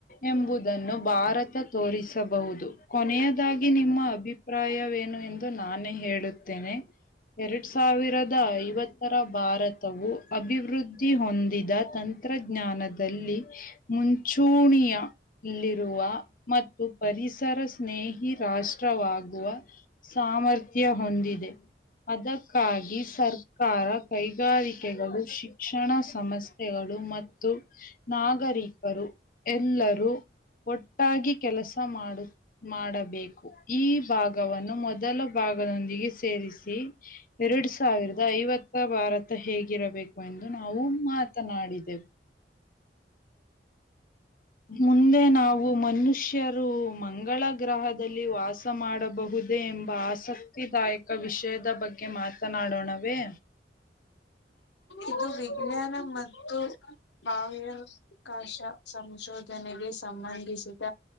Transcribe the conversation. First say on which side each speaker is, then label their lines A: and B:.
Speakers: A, on the left; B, on the left.
A: ಎಂಬುದನ್ನು ಭಾರತ ತೋರಿಸಬಹುದು ಕೊನೆಯದಾಗಿ ನಿಮ್ಮ ಅಭಿಪ್ರಾಯವೇನು ಎಂದು ನಾನೇ ಹೇಳುತ್ತೇನೆ ಎರಡು ಎರಡ್ ಸಾವಿರದ ಐವತ್ತರ ಭಾರತವು ಅಭಿವೃದ್ಧಿ ಹೊಂದಿದ ತಂತ್ರಜ್ಞ ಜ್ಞಾನದಲ್ಲಿ ಮುಂಚೂಣಿಯಲ್ಲಿರುವ ಮತ್ತು ಪರಿಸರ ಸ್ನೇಹಿ ರಾಷ್ಟ್ರವಾಗುವ ಸಾಮರ್ಥ್ಯ ಹೊಂದಿದೆ ಅದಕ್ಕೆ ಕಾಗಿ ಸರ್ಕಾರ ಕೈಗಾರಿಕೆಗಳು ಶಿಕ್ಷಣ ಸಂಸ್ಥೆ ಗಳು ಮತ್ತು ನಾಗರಿಕರು ಎಲ್ಲರೂ ಒಟ್ಟಾಗಿ ಕೆಲಸ ಮಾಡು ಮಾಡಬೇಕು ಈ ಭಾಗವನ್ನು ಮೊದಲ ಭಾಗದೊಂದಿಗೆ ಸೇರಿಸಿ ಎರಡು ಸಾವಿರದ ಐವತ್ತ ಭಾರತ ಹೇಗಿರಬೇಕು ಎಂದು ನಾವು ಮಾತನಾಡಿದೆೆವು ಮುಂದೆ ನಾವು ಮನುಷ್ಯರು ಮಂಗಳ ಗ್ರಹದಲ್ಲಿ ವಾಸ ಮಾಡಬಹುದು ದೆ ಎಂಬ ಆಸಕ್ತಿದಾಯಕ ವಿಷಯದ ಬಗ್ಗೆ ಮಾತನಾಡೋಣವೇ
B: ಇದು ವಿಜ್ಞಾನ ಮತ್ತು ಬಾಹ್ಯಾಕಾಶ ಸಂಶೋಧನೆ ದನೆಗೆ ಸಂಬಂಧಿಸಿದ